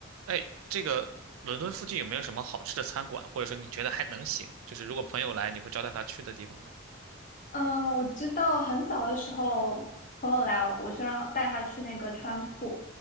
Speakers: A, on the right; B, on the left.
A: 哎，这个伦敦附近有没有什么好吃的餐馆，或者说你觉得还能行，就是如果朋友来，你会招待他去的地方呢
B: 嗯，我知道很早的时候，朋友来，我是让带他去那个川铺，